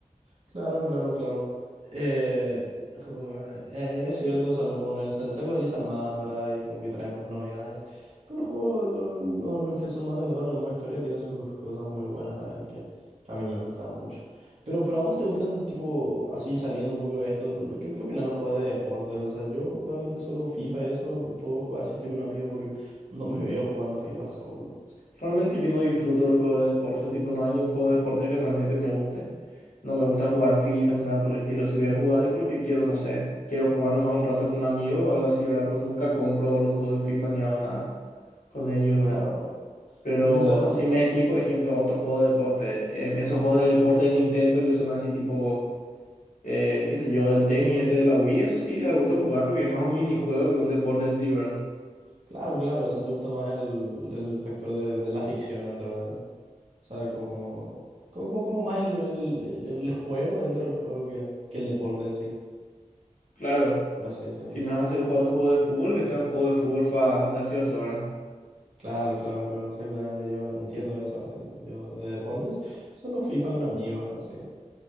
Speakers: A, on the right (about 55°); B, on the left (about 80°).
A: Claro, claro, claro. Eh, jo- eh, es cierto, o sea, los online se, se actualizan más, ¿verdad? Y como que traen más novedades. Pero los juegos, lo- lo- los, que son más centrados en el modo historia, tienen sus cosas muy buenas también, que, que a mí me gustan mucho. Pero, pero a vos te gustan, tipo, así saliendo un poco de esto, lo- lo- ¿qué, qué opinas de los juegos de deportes? O sea, yo realmente solo FIFA y eso puedo jugar si estoy con amigos, porque no me <laughs> veo jugando FIFA solo.
B: Realmente yo no disfruto los juegos de deporte, tipo, no hay ningún juego de deporte que realmente me guste. No me gusta jugar FIFA ni nada por el estilo. Si voy a jugar es porque quiero, no sé, quiero jugar nomás un rato con un amigo o algo así, ¿verdad? Pero nunca compro los juegos de FIFA ni hago nada con ellos, ¿verdad?
A: Claro,
B: Pero
A: porque se habla.
B: si me decís, por ejemplo, otro juego de deporte, em, esos juegos de deporte de Nintendo que son así tipo, eh, qué sé yo, el tenis este de la Wii, eso sí da gusto jugar porque es más un minijuego que un deporte en sí, ¿verdad?
A: Claro, claro, o sea, te gusta más el, el factor de, de la ficción dentro del, o sea, como, como, como, como- como más el, el- el- el juego dentro del juego que, que el deporte en sí,
B: Claro.
A: por así decirlo.
B: Si me vas a hacer jugar un juego de fútbol, que sea un juego de fútbol fa- fantasioso, ¿verdad?
A: Claro, claro, claro, exactamente, yo entiendo eso. eh, Yo de deportes solo FIFA con amigos, así.